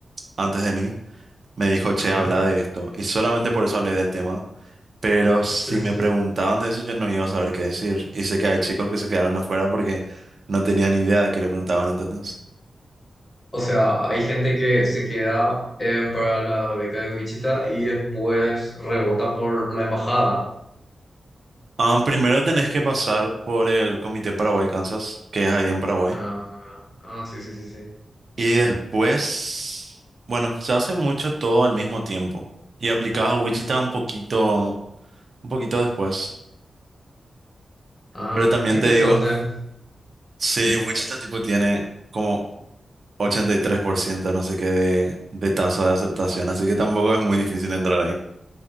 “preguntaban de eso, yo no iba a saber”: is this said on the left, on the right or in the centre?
Right